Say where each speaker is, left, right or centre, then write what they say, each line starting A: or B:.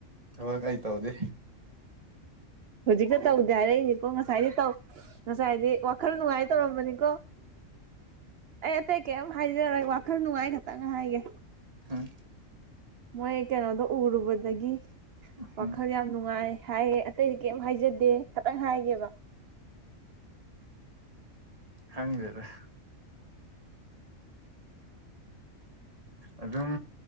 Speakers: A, on the right (about 25°); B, on the right (about 55°).
A: ꯊꯕꯛ ꯑꯩ ꯇꯧꯗꯦ
B: ꯍꯧꯖꯤꯛꯇ ꯇꯧꯗꯦ ꯍꯥꯏꯔꯛꯏꯅꯤꯀꯣ ꯉꯁꯥꯏꯗꯤ ꯇꯧ ꯉꯁꯥꯏꯗꯤ ꯋꯥꯈꯜ ꯅꯨꯡꯉꯥꯏ ꯇꯧꯔꯝꯕꯅꯤꯀꯣ ꯑꯩ ꯑꯇꯩ ꯀꯩꯝ ꯍꯥꯏꯖꯔꯣꯏ ꯋꯥꯈꯟ ꯅꯨꯡꯉꯥꯏ ꯈꯛꯇꯪ ꯍꯥꯏꯒꯦ
A: ꯎꯝ
B: ꯃꯣꯏ ꯀꯩꯅꯣꯗꯣ ꯎꯔꯨꯕꯗꯒꯤ ꯋꯥꯈꯜ
A: ꯎꯝ
B: ꯌꯥꯝ ꯅꯨꯡꯉꯥꯏ ꯍꯥꯏꯌꯦ ꯑꯇꯩꯗꯤ ꯀꯔꯤꯝ ꯍꯥꯏꯖꯗꯦ ꯈꯇꯪ ꯍꯥꯏꯒꯦꯕ
A: ꯈꯪꯗꯦꯗ <unintelligible> ꯑꯗꯨꯝ